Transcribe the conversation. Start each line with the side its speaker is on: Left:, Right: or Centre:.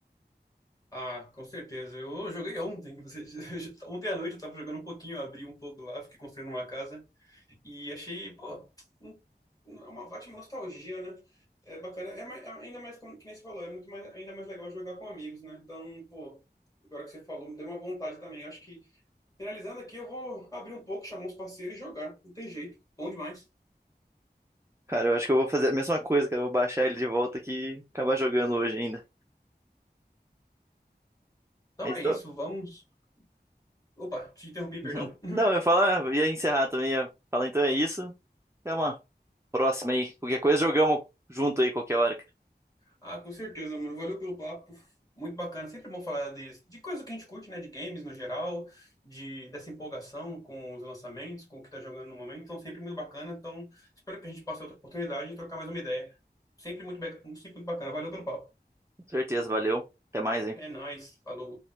Left: Ah, com certeza. Eu joguei ontem. <laughs> Você- Ontem à noite eu tava jogando um pouquinho, eu abri um pouco lá, fiquei construindo uma casa. E achei, pô, um- um- é uma ótima nostalgia, né? É bacana. É mais- ainda mais, como, que nem você falou, é muito mais, ainda mais legal jogar com amigos, né? Então, pô, agora que você falou, me deu uma vontade também. Acho que, finalizando aqui, eu vou abrir um pouco, chamar uns parceiros e jogar. Não tem jeito. Bom demais.
Right: Cara, eu acho que eu vou fazer a mesma coisa, cara. Eu vou baixar ele de volta aqui e acabar jogando hoje ainda.
Left: Então
Right: então
Left: é isso, vamos. Opa, te interrompi, perdão.
Right: <laughs>
Left: <laughs>
Right: Não, eu ia falar, ia encerrar também, ia falar, então é isso. Até uma próxima aí. Qualquer coisa jogamos junto aí qualquer hora, cara.
Left: Ah, com certeza, mano. Valeu pelo papo. Muito bacana. Sempre bom falar de, de coisa que a gente curte, né? De games no geral, de dessa empolgação com os lançamentos, com o que tá jogando no momento. Então, sempre muito bacana. Então, espero que a gente possa ter outra oportunidade de trocar mais uma ideia. Sempre muito, be- sempre muito bacana. Valeu pelo papo.
Right: Com certeza, valeu. Até mais, hein?
Left: É nóis. Falou.